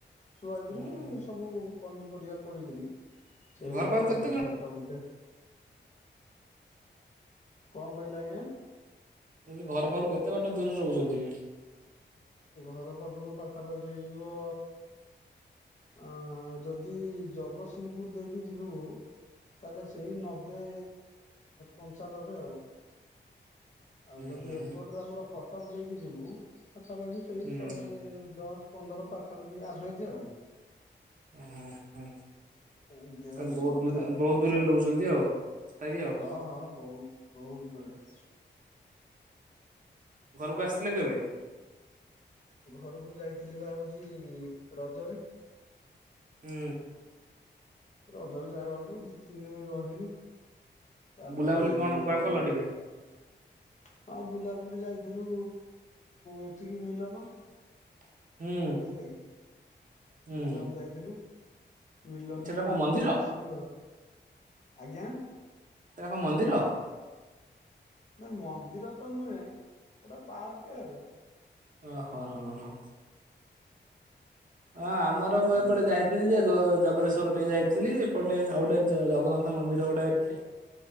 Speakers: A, on the left; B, on the right.
A: ସୋୟାବିନି।
B: ଉଁ ହୁଁ
A: ସବୁ ପନିପରିବା ପଡିକିରି ସେ
B: ଘର
A: ହେଇଥିଲା
B: ପାଖରୁ କେତେ କିଲୋ
A: ଘାଣ୍ଟ। ଟ ଗୋଟେ। ଙ୍କ କଇଲେ ଆଜ୍ଞା?
B: ମୁଁ କହିଲି ଘର ପାଖରୁ କେତେ ବାଟ ଦୂରରେ ରହୁଛନ୍ତି?
A: ଘର ପାଖରୁ ପାଖାପାଖି ହେଇଯିବ ଆ ଯଦି ଜଗତସିଂହପୁରୁ ଦେଇକି ଯିବୁ ତାହେଲେ ସେଇ ନବେ ପଞ୍ଚାଲବେ ଆଉ। ଆଉ
B: ଉଁ
A: ଯଦି
B: ହୁଁ
A: ଏପଟରେ
B: ହୁଁ
A: ଆମର କଟକ ଦେଇକି ଯିବୁ ପାଖାପାହି ସେଇ
B: ହୁଁ
A: ଶହେ ଦଶ ପନ୍ଦର ପାଖାପାଖି ଆଭରେଜେ ଆଉ।
B: ଉ ଉ
A: ଏମିତିଆ
B: ତାହଲେ
A: ହଉଛି
B: ବୋହୁତ
A: କଥା
B: ଦୂରେ
A: ଆଉ
B: ବୋହୁତ
A: କଣ
B: ଦୂରରେ ରହୁଛନ୍ତି ଆଉ। ତଥାପି ଆଉ।
A: ହଁ ହଁ ବୋହୁତ ବୋହୁତ ଦୂର ରେ
B: ଘରୁକୁ ଆସଥିଲେ କେବେ?
A: ଘରୁକୁ ଯାଇଥିଲି ପା ହୋଉଚି ରଜ ରେ।
B: ହୁଁ।
A: ରଜରେ ଯାଏ ଗଲୁ ଦି, ତିନ ଦିନ ରହିଲୁ ତାପରେ
B: ବୁଲାବୁଲି
A: ଏ
B: କଣ କୁଆଡେ କଲ ଟିକେ
A: ହଁ ବୁଲାବୁଲି ଯାଇଥିଲୁ ଏଠିକି ମିଲନ
B: <inaudible> ହୁଁ
A: ବୁଝିଲେ କି?
B: ହୁଁ
A: ବିଲମ ଯାଇଥିଲୁ। ମିଲନରୁ
B: ସେଟା କଣ
A: ବୁଲି
B: ମନ୍ଦିର
A: ବାଲିକି ଆସିଲୁ ଆଉ। ଆଜ୍ଞା!
B: ସେଟା ଙ୍କ ମନ୍ଦିର?
A: ନା ମନ୍ଦିର ତ ନୁହେଁ, ଗୋଟେ ପାର୍କ ଆଉ।
B: ଓ ହୋ ହୋ ହୋ। ହଁ ଆମର
A: ଆଉ
B: ମୁଁ ଏପଟେ
A: ଏମ
B: ଯାଇ ଥିଲି ଯେ ଗୋ ଜଗଦେଶ୍ଵର ଟିକେ ଯାଇଥିଲି। ଏପଟେ ଆଉ ଗୋଟେ ଜଗନ୍ନାଥ ମନ୍ଦିର ଗୋଟେ ପି ପି